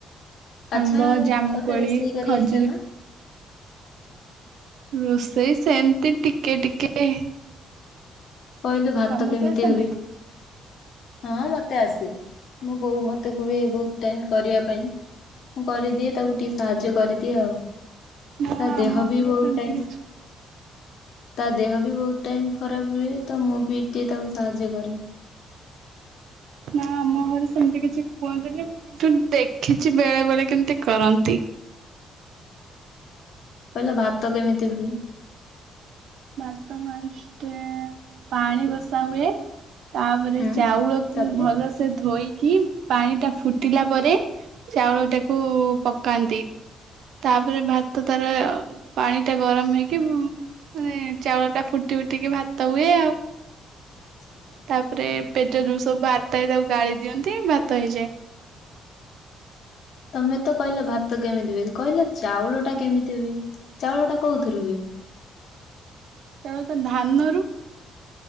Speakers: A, on the left; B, on the right.
A: ଆଚ୍ଛା
B: ଆମ୍ବ, ଜାମୁକୋଳି,
A: ତତେ ରୋଷେଇ କରି
B: ଖଜୁରୀ
A: ଆସେ ନା?
B: ରୋଷେଇ ସେମତି ଟିକେ ଟିକେ
A: କହିଲୁ ଭାତ
B: ତମକୁ
A: କେମିତି
B: ଆସେ
A: ହୁଏ
B: ନା?
A: ହଁ ମତେ ଆସେ। ମୋ ବୋଉ ମତେ କୁହେ ବୋହୁତ ଟାଇମ କରିବା ପାଇଁ। ମୁଁ କରିଦିଏ ତାକୁ ଟିକେ ସାହାଯ୍ୟ କରିଦିଏ ଆଉ
B: ନା
A: ତା ଦେହ
B: ଆମ
A: ବି
B: ଘରେ
A: ବୋହୁତ
B: ସେମିତି
A: ଟାଇମ୍
B: କିଛି
A: ତା ଦେହ ବି ବୋହୁତ ଟାଇମ ଖରାପ ରୁହେ ତ ମୁଁ ବି ଟିକେ ତାକୁ ସାହାଯ୍ୟ କରେ।
B: ନା ଆମ ଘରେ ସେମତି କିଛି କୁହନ୍ତିନି ମୁଁ କିନ୍ତୁ ଦେଖିଚି ବେଳେବେଳେ କେମତି କରନ୍ତି।
A: କହିଲ ଭାତ କେମିତି ହୁଏ?
B: ଭାତ ଫାଷ୍ଟେ ପାଣି ବସାହୁଏ। ତାପରେ
A: ହୁଁ
B: ଚାଉଳକୁ
A: ତାପରେ
B: ଭଲ ସେ ଧୋଇକି ପାଣିଟା ଫୁଟିଲା ପରେ ଚାଉଳଟାକୁ ପକାନ୍ତି। ତାପରେ ଭାତ ତାର ପାଣିଟା ଗରମ ହେଇକି ମାନେ ଚାଉଳଟା ଫୁଟି ଫୁଟିକି ଭାତ ହୁଏ ଆଉ।
A: <inaudible>
B: ତାପରେ ପେଜ ଯୋଉ ସବୁ ବାହାରି ଥାଏ ତାକୁ ଗାଳି ଦିଅନ୍ତି ଭାତ ହେଇଯାଏ।
A: ତମେ ତ କହିଲ ଭାତ କେମିତି ହୁଏ କହିଲ ଚାଉଳଟା କେମିତି ହୁଏ ଚାଉଳଟା କୋଉଥୁରୁ ହୁଏ।
B: ଚାଉଳଟା ଧାନରୁ